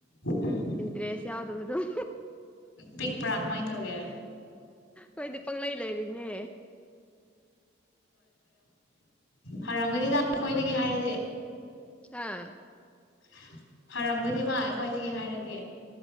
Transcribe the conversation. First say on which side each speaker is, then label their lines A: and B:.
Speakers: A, on the left; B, in the centre.
A: ꯎꯝ
B: ꯏꯟꯇꯔ꯭ꯦꯁ ꯌꯥꯎꯗꯕꯗꯨ <inaudible>
A: ꯄꯤꯛꯄ꯭ꯔꯥ ꯀꯃꯥꯏꯅ ꯇꯧꯒꯦ ꯑꯗꯨ
B: ꯑꯩꯈꯣꯏꯗꯤ ꯄꯪꯂꯪ ꯂꯩꯔꯤꯅꯦ
A: ꯐꯔꯝꯒꯅꯤꯗ ꯑꯩꯈꯣꯏꯗꯒꯤ ꯍꯥꯏꯔꯗꯤ
B: ꯍꯥ
A: <inaudible> ꯑꯩꯈꯣꯏꯗꯒꯤ ꯍꯥꯏꯔꯗꯤ